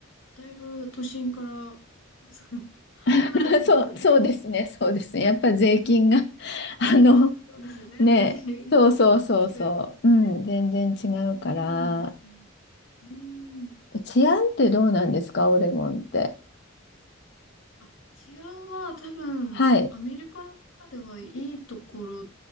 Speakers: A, on the left; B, on the left.
A: だいぶ都心から、<laughs> そう
B: <laughs>
A: 離れたところに。
B: そう、そうですね、そうですね。やっぱり税金が <laughs> あの、
A: そうですよね。
B: ね、
A: 全然違い
B: そうそうそうそう、
A: ますよね。
B: うん、全然違うから、
A: そうなんですね。うーん。
B: 治安ってどうなんですか、オレゴンって。
A: あ、治安は多分、
B: はい。
A: アメリカの中ではいいところ